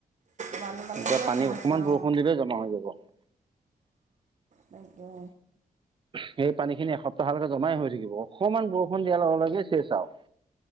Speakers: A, on the right; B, on the right.
A: বানপানীটোৱে
B: এতিয়া, পানী
A: সমস্যা
B: অকমান বৰষুণ
A: অঁ
B: দিলে, জমা হৈ যাব।
A: তাকে!
B: সেই পানী খিনি, এসপ্তাহলৈকে জমাই হৈ থাকিব। অকণমান বৰষুণ দিয়াৰ লগে- লগে, চেছ আও।